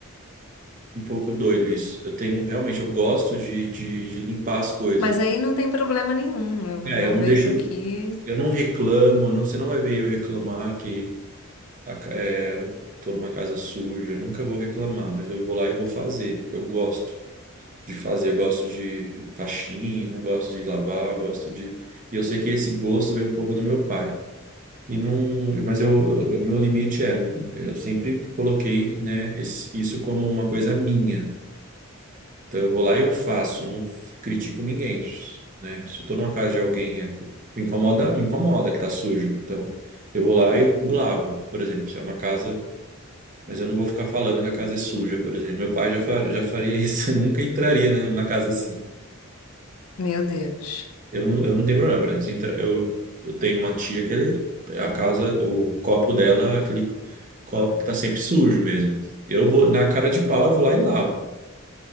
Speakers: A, on the right; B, on the left.
A: Um pouco doido isso. Eu tenho, realmente, eu gosto de, de, de limpar as coisas.
B: Mas aí não tem problema nenhum. Eu
A: É,
B: não
A: eu não
B: vejo
A: deixo.
B: aqui
A: Eu não reclamo, não, você não vai ver eu reclamar que a ca- é, tô numa casa suja, eu nunca vou reclamar, mas eu vou lá e vou fazer. Eu gosto. de fazer. Eu gosto de faxina, eu gosto de lavar, eu gosto de. E eu sei que esse gosto vem um pouco do meu pai. E não, mas eu, eu- meu limite é, eu sempre coloquei, né, esse- isso como uma coisa minha. Então eu vou lá e eu faço, não f- critico ninguém, né? Se eu tô numa casa de alguém, é- me incomoda, me incomoda que tá sujo. Então eu vou lá e eu lavo, por exemplo, se é uma casa mas eu não vou ficar falando que a casa é suja, por exemplo. Meu pai já, fa- já faria isso, <laughs> nunca entraria, né, numa casa assim.
B: Meu Deus.
A: Eu, não- eu não tenho problema, por exemplo, se entra- eu, eu tenho uma tia que ele, a casa, o copo dela, é aquele copo que tá sempre sujo mesmo. Eu vou, na cara de pau, eu vou lá e lavo.